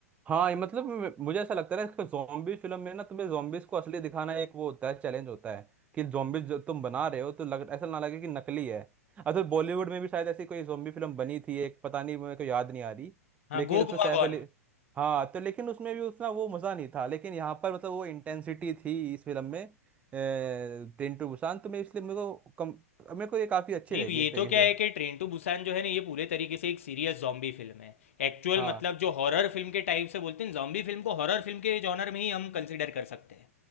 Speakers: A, on the right; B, on the left.
A: हाँ ये मतलब मे- मुझे ऐसा लगता है कि जॉम्बी फिल्म में ना तुम्हें जॉम्बीज को असली दिखाना एक वो होता है चैलेंज होता है कि जॉम्बीज जो तुम बना रहे हो तो लग ऐसा ना लगे कि नकली है अच्छा बॉलीवुड में भी शायद ऐसी कोई जॉम्बी फिल्म बनी थी एक पता नहीं मेरे को याद नहीं आ रही
B: हाँ
A: लेकिन
B: गो
A: उसमें
B: गोवा
A: सैफ
B: गॉन
A: अली हाँ तो लेकिन उसमें भी उतना वो मज़ा नहीं था लेकिन यहाँ पर मतलब वो इंटेंसिटी थी इस फिल्म में ट्रेन टू बुसान तो मैं इसलिए मेरे को कम मेरे को ये काफ़ी अच्छी
B: नहीं
A: लगी
B: ये
A: एक तरीके
B: तो क्या
A: से
B: है कि ट्रेन टू बुसान जो है ना ये पूरे तरीके से एक सीरियस जॉम्बी फिल्म है एक्चुअल
A: हाँ
B: मतलब जो हॉरर फिल्म के टाइप से बोलते हैं जॉम्बी फिल्म को हॉरर फिल्म के जॉनर में ही हम कंसिडर कर सकते हैं